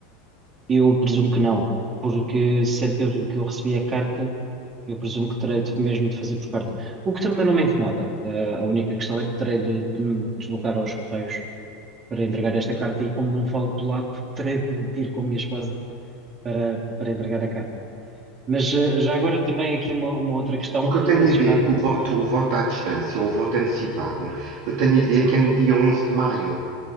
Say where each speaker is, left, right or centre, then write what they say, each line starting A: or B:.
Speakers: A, on the right; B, on the right.
A: Eu presumo que não, porque sendo que eu, que eu recebi a carta, eu presumo que terei de, mesmo de fazer por carta. O que também não me incomoda. Eh, a única questão é que terei de, de me deslocar aos Correios para entregar esta carta e, como não falo polaco, <laughs> terei de, de ir com a minha esposa para, para entregar a carta. Mas eh, já agora também aqui uma, uma outra questão
B: Porque
A: relacionada.
B: eu tenho a ideia que o voto, o voto à distância ou o voto antecipado, eu tenho a ideia
A: Sim,
B: que é no dia 11 de maio.